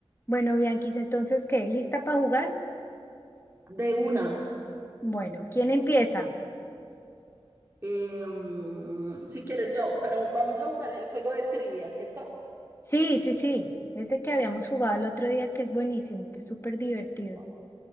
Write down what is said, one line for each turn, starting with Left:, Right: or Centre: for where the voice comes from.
Left: Bueno, Bianquis, entonces, ¿qué? ¿Lista para jugar?
Right: De una.
Left: Bueno, ¿quién empieza?
Right: Em, si quieres yo, pero vamos a jugar el juego de trivia, ¿cierto?
Left: Sí, sí, sí. Ese que habíamos jugado el otro día, que es buenísimo, que es súper divertido.
Right: Bueno,